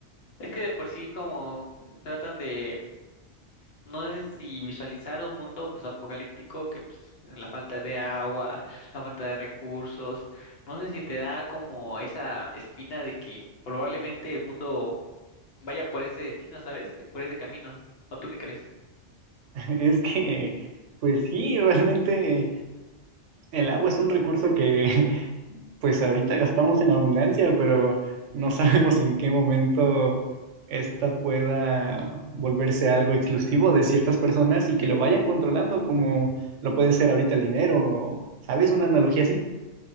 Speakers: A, on the left; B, on the right.
A: Es que de por sí como tratan de No sé si visualizar un mundo pues apocalíptico que pues la falta de agua, la falta de recursos, no sé si te da como esa espina de que probablemente el mundo vaya por ese destino, ¿sabes? Eh, Por ese camino. ¿O tú qué crees?
B: <laughs> Es que, pues sí, realmente el agua es un recurso que <laughs> pues ahorita gastamos en abundancia, pero no <laughs> sabemos en qué momento esta pueda volverse algo exclusivo de ciertas personas y que lo vayan controlando como lo puede ser ahorita el dinero. ¿Sabes? Una analogía así.